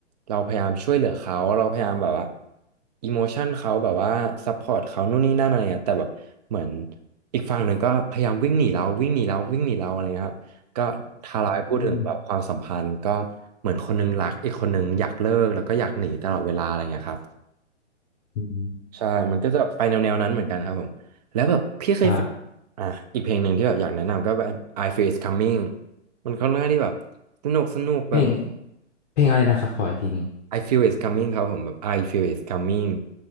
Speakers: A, on the right (about 35°); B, on the left (about 35°).
A: เราพยายามช่วยเหลือเขาเราพยายามแบบว่าอิโมชันเขาแบบว่าซัพพอร์ตเขานู่นนี่นั่นอะไรเงี้ยแต่แบบเหมือนอีกฝั่งหนึ่งก็พยายามวิ่งหนีเราวิ่งหนีเราวิ่งหนีเราอะไรเงี้ยครับก็ถ้าเราให้พูดถึงแบบความสัมพันธ์ก็
B: อืม
A: เหมือนคนนึงรักอีกคนนึงอยากเลิกแล้วก็อยากหนีตลอดเวลาอะไรเงี้ยครับ
B: อืม
A: ใช่มันก็จะไปแนวแนวนั้นเหมือนกันครับผม แล้วแบบพี่เคยฟังอ่ะอีกเพลงหนึ่งที่แบบอยากแนะนำก็เป็น
B: ครับ
A: I Feel It's Coming มันค่อนข้างที่แบบสนุกสนุกแบบ
B: เพลงเพลงอะไรนะครับขออีกทีหนึง
A: I Feel It's Coming ครับผมแบบ I Feel It's Coming